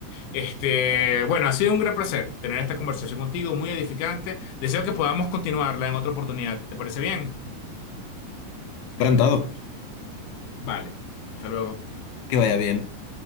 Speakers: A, on the left (about 85°); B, on the left (about 70°).
A: Este, bueno, ha sido un gran placer tener esta conversación contigo, muy edificante. Deseo que podamos continuarla en otra oportunidad. ¿Te parece bien?
B: Encantado.
A: Vale, hasta luego.
B: Que vaya bien.